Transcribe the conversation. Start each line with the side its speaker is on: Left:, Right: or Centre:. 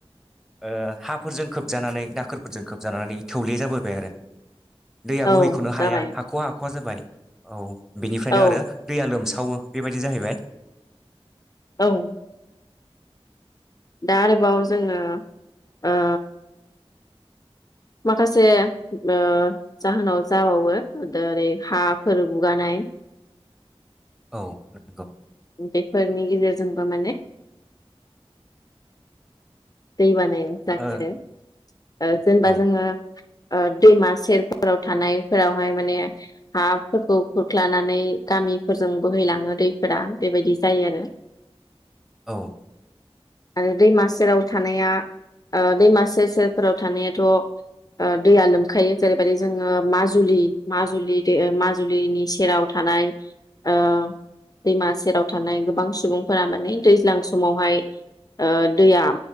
Centre: ओ हाफोरजों खोबजानानै दाखोरफोरजों खोबजानानै थौले जाबोबाय आरो दैयाबोहैखनो
Left: औ जाबाय
Centre: हाया हाख'वा ख'वख जाबाय औ बेनिफ्रायनो
Left: औ
Centre: आरो दैया लोमसा खावो बेबायदि जाहैबाय
Left: औ दा आरोबाव जोङो ओ माखासे ओ जाहोनाव जाबावो ओरै हाफोर बुगानाय
Centre: औ नंगौ
Left: बेफोरनि गेजेरजोंबो माने दैबानाय <unintelligible>
Centre: ओ
Left: ओ जेनेबा
Centre: औ
Left: जोङो ओ दैमा सेरफोराव थानायफोरावहाय माने हाफोरखौ खुरख्लानानै गामिफोरजों बोहैलाङो दैफोरा बेबायदि जायो आरो
Centre: औ
Left: आरो दैमासेराव थानाया ओ दैमा सेर सेरफोराव थानायाथ ओ दैया लोमखायो जेरैबायदि जोङो माजुलि माजुलि माजुलिनि सेराव थानाय ओ दैमा सेराव थानाय गोबां सुबुंफोरा माने दैज्लां समावहाय ओ दैया